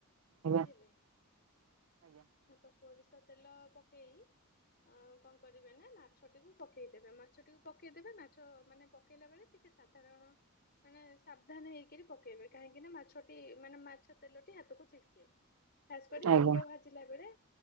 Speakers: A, on the right; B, on the left.
A: ଆଜ୍ଞା
B: ବୁଝିଲେ। ହଁ ତ ଷୋରିଷ ତେଲ ପକେଇ ଆଉ କଣ କରିବେ ନା ମାଛଟିକୁ ପକେଇଦେବେ, ମାଛଟିକୁ ପକେଇଦେବେ ମାଛ ମାନେ ପକେଇଲା ବେଳେ ଟିକେ ସା ତାରଣ ମାନେ ସାବଧାନ୍ ହେଇକିରି ପକେଇବେ କାହିଁକି ନା ମାଛଟି ମାନେ ମାଛ ତେଲଟି ହାତକୁ ଛିଟ୍ କେ ଖାସ କରି
A: ଆଜ୍ଞା
B: ମୁଣ୍ଡ
A: ଆଜ୍ଞା
B: ଭାଜିଲା ବେଳେ